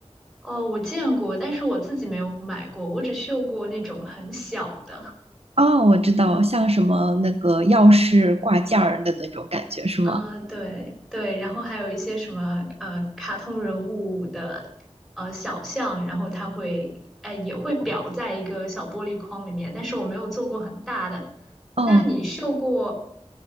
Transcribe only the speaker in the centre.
哦，我见过，但是我自己没有买过，我只绣过那种很小的。
啊，对对，然后还有一些什么呃卡通人物的呃小像，然后它会哎也会裱在一个小玻璃框里面，但是我没有做过很大的。
那你绣过？